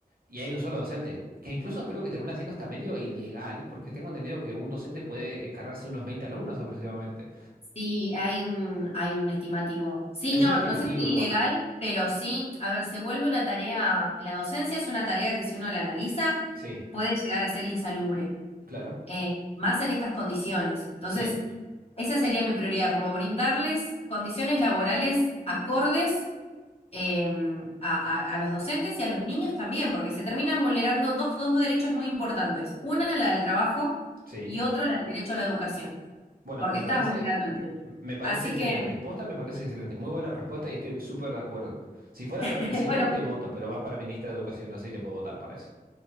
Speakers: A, on the right; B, on the left.
A: y hay un solo docente. Que incluso creo que termina siendo hasta medio ilegal, porque tengo entendido que un docente puede encargarse de unos 20 alumnos aproximadamente.
B: Sí, hay un, hay un estimativo. Sí,
A: Es
B: no,
A: un estimativo
B: no sé si
A: igual.
B: ilegal, pero sí, a ver, se vuelve una tarea, la docencia es una tarea que si uno la analiza
A: Sí,
B: puede llegar a ser insalubre,
A: claro.
B: eh, más en estas condiciones. Entonces,
A: Sí,
B: esa sería mi prioridad, como brindarles condiciones laborales acordes eh, a, a- a los docentes y a los niños también, porque se terminan vulnerando dos, dos derechos muy importantes. Una, la del trabajo
A: sí.
B: y otro, la del derecho a la educación
A: Bueno,
B: porque
A: me
B: estás
A: parece,
B: vulnerando el derecho.
A: me parece
B: Así
A: excelente.
B: que,
A: Posta me parece excelente. Muy buena respuesta y estoy súper de acuerdo. Si fueras
B: <laughs>
A: para presidente,
B: bueno,
A: te voto, pero vas para ministra de Educación. No sé si te puedo votar para eso.